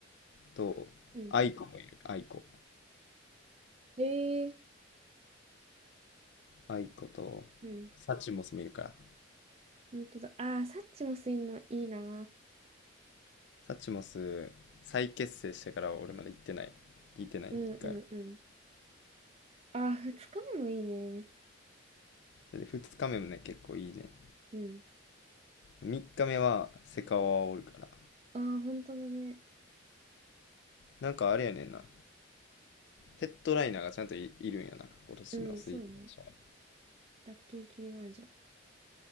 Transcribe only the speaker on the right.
うん。
えー、
うん。
本当だ。ああ、サッチもすいんのいいな。
うんうんうん。
ああ、二日目もいいね。
うん。
ああ、本当だね。
うん、そうね。ラッキーキリマンジャロ。